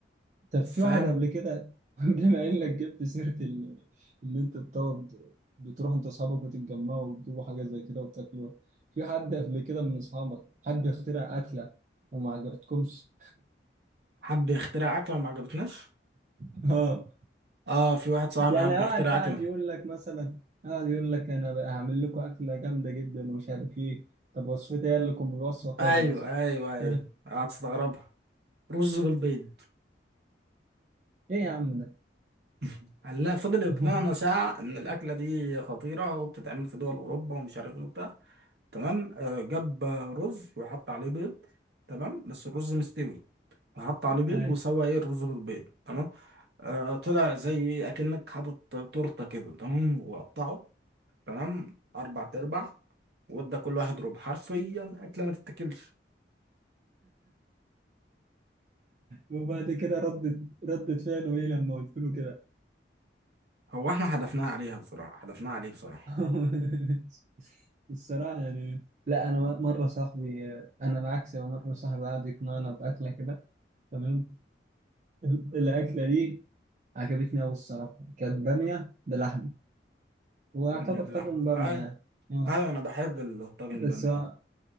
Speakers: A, on the right; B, on the right.
A: طب في
B: فاهم
A: واحد قبل كده <laughs> بما انك جبت سيره ال- اللي انت بتقعد بتروح انت واصحابك وتتجمعوا وتجيبوا حاجه زي كده وتاكلوا في حد قبل كده من اصحابك حد اخترع اكله وما عجبتكمش
B: حب يخترع اكله وما عجبتناش
A: <laughs> اه
B: اه في واحد صاحبي
A: يعني
B: حب
A: قاعد
B: يخترع
A: قاعد
B: اكله
A: يقول لك مثلا قاعد يقول لك انا بقى هعمل لكم اكله جامده جدا ومش عارف ايه طب وصفتي قال لكم الوصفه كذا
B: ايوه
A: مثلا
B: ايوه ايوه
A: فاهم؟
B: هتستغربها رز بالبيض
A: ايه يا عم ده
B: <laughs> قال لا فضل يقنعنا
A: <laughs>
B: ساعه ان الاكله دي خطيره وبتتعمل في دول اوروبا ومش عارف ايه وبتاع تمام آه، جاب رز وحط عليه بيض تمام بس الرز مستوي فحط عليه بيض
A: ايوه
B: وسوى ايه الرز بالبيض تمام آه، طلع زي اكنك حاطط تورته كده تمام وقطعه تمام اربع ارباع وادى كل واحد ربع حرفيا اكله ما تتاكلش
A: وبعد كده ردت ردت فعله ايه لما قلت له كده
B: هو احنا حدفناها عليها بصراحه حدفناها عليه بصراحه
A: <laughs> الصراحة يعني لا أنا مرة صاحبي أنا العكس أنا مرة صاحبي قعد يقنعنا بأكلة كده تمام <laughs> الأكلة دي عجبتني أوي الصراحة كانت بامية بلحمة واعتبر
B: باميه بالله
A: طاجن بامية
B: هاي
A: يعني أه
B: هاي انا بحب الطاجن
A: بس
B: الباميه
A: هو
B: ده